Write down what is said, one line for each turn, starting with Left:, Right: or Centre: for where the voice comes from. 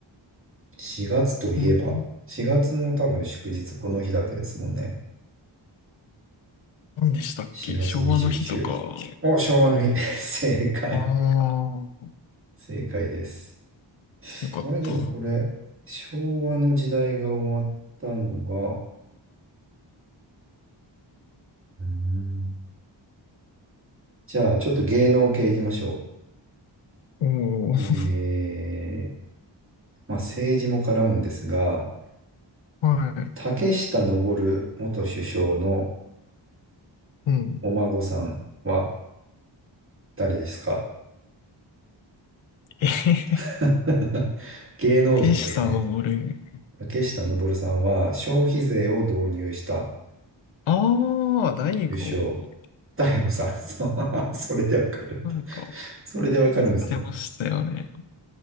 Right: 4月といえば、
Left: ー、うん。
Right: 4月の多分祝日この日だけですもんね。
Left: 何でしたっけ昭和の日とか。
Right: 4月29。お、昭和の日。<laughs> 正解。
Left: ああ、
Right: 正解です。
Left: よかった。
Right: 俺でもこれ、昭和の時代が終わったのが、うーんじゃあちょっと芸能系いきましょ
Left: おー、
Right: う。えー、まあ政治も絡むんですが、
Left: はい。
Right: 竹下登元首相の
Left: うん。
Right: お孫さんは誰ですか
Left: えへへ、
Right: <laughs> 芸能人ですね。
Left: ペシさんのボール。
Right: 竹下登さんは消費税を導入した
Left: ああ、大悟。
Right: 首相。大悟さん、そう <laughs> それでわかるんだ。
Left: なんか、
Right: それでわかるんですね。
Left: 言ってましたよね。